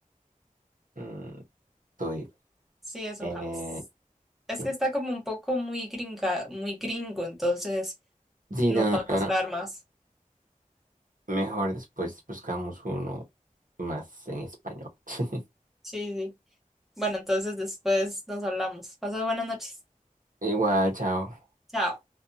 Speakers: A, on the right; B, in the centre.
A: Mm, Estoy.
B: Sí, eso
A: Eh,
B: jamás. Es
A: sí,
B: que está como un poco muy gringa, muy gringo, entonces
A: Sí,
B: nos
A: no,
B: va a costar
A: no, no.
B: más.
A: Mejor después buscamos uno más en español. <laughs>
B: Sí, sí. Bueno, entonces después nos hablamos. Pasad buenas noches.
A: Igual, chao.
B: Chao.